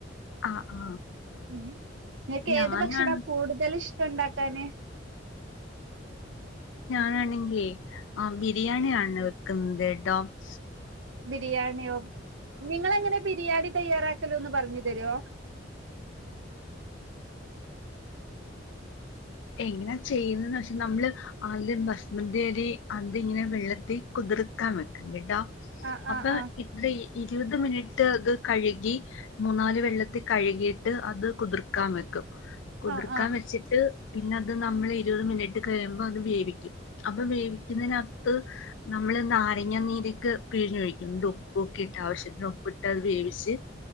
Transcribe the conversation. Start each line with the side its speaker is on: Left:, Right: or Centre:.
Left: ആ ആ
Right: ഉം നിനക്ക്
Left: ഞാനാണ്
Right: ഏത് ഭക്ഷണം കൂടുതല് ഇഷ് ഉണ്ടാക്കാന്
Left: ആണെങ്കിലേ ആ ബിരിയാണിയ ആണ് ഇവി കന്ദേ ഡാം <unintelligible>
Right: ബിരിയാണിയോ നിങ്ങളെങ്ങനെ ബിരിയാണി തയ്യാറാക്ക ക്കല് ഒന്ന് പറഞ്ഞു തരുമോ
Left: എങ്ങനാ ചെയ്യുന്നന്ന് വെച്ചാ നമ്മള് ആദ്യം ബസുമതി അരി അതിങ്ങനെ വെള്ളത്തിൽ കുതിർക്കാൻ വെക്കും കേട്ടോ
Right: ആ
Left: അപ്പം
Right: ആ ആ
Left: ഇത്ര ഈ ഇരുപത് മിനിറ്റ് അത് കഴുകി മൂന്നാല് വെള്ളത്തിൽ കഴുകിട്ട് ട്ട് അത് കുതിർക്കാൻ വെക്കും കുതിർക്കാൻ
Right: ആ ആ
Left: വെച്ചിട്ട് പിന്നെ അത് നമ്മൾ ഇരുപത് മിനിറ്റ് കഴിയുമ്പോ അത് വേവിക്കും അപ്പൊ വേവി ഇതിനത്ത് നമ്മള് നാരങ്ങ നീരൊക്കെ പിഴിഞ്ഞൊഴിക്കും എന്നിട്ട് ഉപ്പും ഓക്കെ ഇട്ട ആവശ്യ ഉപ്പിട്ട് അത് വേവിച്ച്